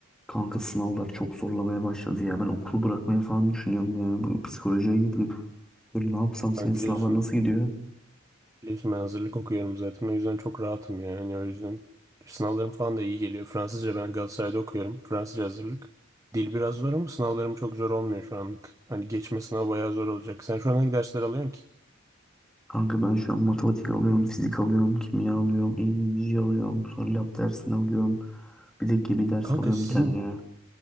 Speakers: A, in the centre; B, on the right (about 15°).
A: Kanka sınavlar çok zorlamaya başladı ya. Ben okulu bırakmayı falan düşünüyorum ya. Bu Psikolojiye girdim. Böyle ne yapsam senin
B: Kanka
A: sınavlar
B: biliyorsun,
A: nasıl gidiyor?
B: biliyorsun ben hazırlık okuyorum zaten. O yüzden çok rahatım yani. Hani o yüzden sınavlarım falan da iyi geliyor. Fransızca ben Galatasaray'da okuyorum. Fransızca hazırlık. Dil biraz zor ama sınavlarım çok zor olmuyor şu anlık. Hani geçme sınavı bayağı zor olacak. Sen şu an hangi dersler alıyorsun ki?
A: Kanka ben şu an matematik alıyorum, fizik alıyorum, kimya alıyorum, İngilizce alıyorum, sonra lab dersini alıyorum. Bir de gemi dersi
B: Kanka
A: alıyorum
B: sizin
A: bir tane ya.